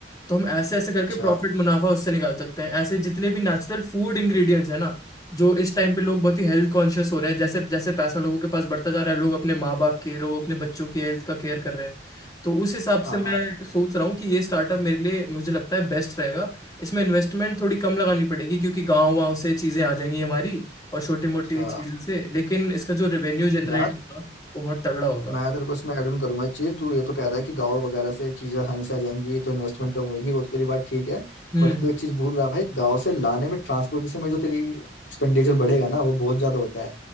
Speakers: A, on the left; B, on the left.
A: तो हम ऐसे ऐसे करके
B: अच्छा
A: प्रॉफिट मुनाफा उससे निकाल सकते हैं ऐसे जितने भी नेचुरल फूड इंग्रेडिएंट्स है ना जो इस टाइम पे लोग बहुत ही हेल्थ कॉन्शियस हो रहे हैं जैसे जैसे पैसा लोगों के पास बढ़ता जा रहा है लोग अपने माँ बाप के लोग अपने बच्चों की हेल्थ का केयर कर रहे हैं तो उस हिसाब
B: हाँ
A: से मैं
B: हाँ
A: सोच रहा हूँ कि ये स्टार्टअप मेरे लिए मुझे लगता है बेस्ट रहेगा इसमें इन्वेस्टमेंट थोड़ी कम लगानी पड़ेगी क्योंकि गाँव वाँव से चीज़ें आ जाएंगी हमारी और छोटी मोटी
B: अच्छा
A: चीज़ों से लेकिन इसका जो रेवेन्यू जनरेट
B: यार
A: होगा वो बहुत तगड़ा होगा
B: मैं तेरे को इसमें ऐड ऑन करूंगा एक चीज तू ये तो कह रहा है कि गांव वगैरह से चीजें आसानी से आ जाएंगी तो इन्वेस्टमेंट कम होगी वो तो तेरी बात ठीक है
A: हम्म
B: बट तू एक चीज भूल रहा है भाई गांव से लाने में ट्रांसपोर्टेशन में जो तेरी एक्सपेंडिचर बढ़ेगा ना वो बहुत ज्यादा होता है